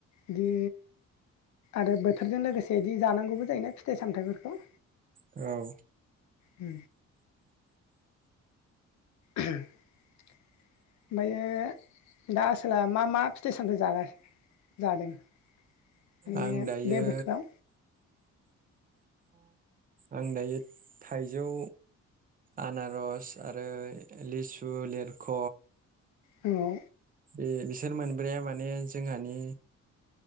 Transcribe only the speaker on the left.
बिदि आरो बोथोरजों लोगोसे बिदि जानांगौबो जायोना फिथाइ सामथाइफोरखौ।
उ ओमफ्रायो दा आसोला मा मा फिथाइ सामथाइ जागा जादों? माने
बे बोथोराव
औ